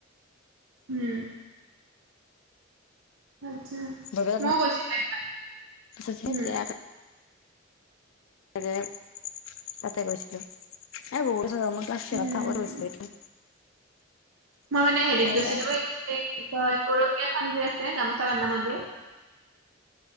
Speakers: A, on the right (about 85°); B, on the left (about 75°).
A: উম আচ্ছা,
B: বৰপেটাত
A: মই গৈছিলোঁ এবাৰ।
B: তেতিয়া
A: উম'
B: তাকে তাতে গৈছিলোঁ, এ বহুত বছৰ হ'ল মই ক্লাছ টেনত
A: উম,
B: থাকোতে গৈছিলোঁ এইবাৰ।
A: মই মানে হেৰিত গৈছিলোঁ
B: এতিয়া
A: এই-এই কি কয় গৰকীয়া থান যে আছে গামোচা বান্ধা মন্দিৰ।